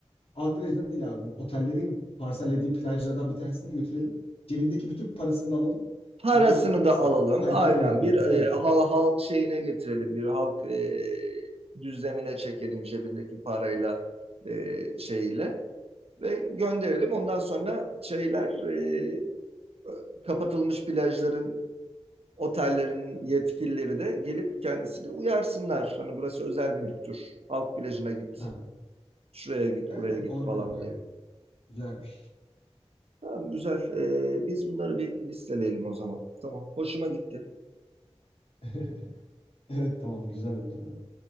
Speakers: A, on the left; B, on the right.
A: Halk plajına değil abi. Bu otellerin parsellediği plajlardan bir tanesine götürelim. Cebindeki bütün parasını da alalım.
B: Parasını
A: Bakalım orada nasıl
B: da alalım.
A: hayatta
B: Aynen
A: kalabiliyor.
B: bir e,
A: Evet.
B: ha- halk şeyine getirelim. Bir halk e, düzlemine çekelim cebindeki parayla e, şeyle ve gönderelim. Ondan sonra şeyler e, kapatılmış plajların otellerin yetkilileri de gelip kendisini uyarsınlar. Hani burası özel mülktür. Halk plajına git.
A: Ha.
B: Şuraya git,
A: Evet
B: buraya
A: evet
B: git
A: olabilir
B: falan
A: böyle.
B: diye.
A: Güzelmiş.
B: Tamam güzel. Ee, biz bunları bir listeleyelim o zaman. Tamam. Hoşuma gitti.
A: <laughs> Evet tamam güzel oldu abi.